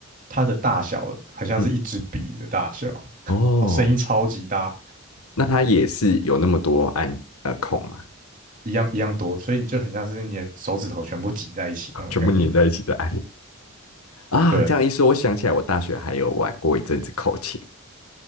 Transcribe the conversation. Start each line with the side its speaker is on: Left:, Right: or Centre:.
Right: 它的大小很像是一支笔的大小，
Left: 嗯，哦，
Right: 哦，声音超级大，
Left: 那它也是有那么多按呃孔嘛，
Right: 一样一样多，所以你就很像是你的手指头全部挤在一起那种感觉。
Left: <laughs> 全部粘在一起的按啊。
Right: 对，
Left: 这样一说，我想起来，我大学还有玩过一阵子口琴，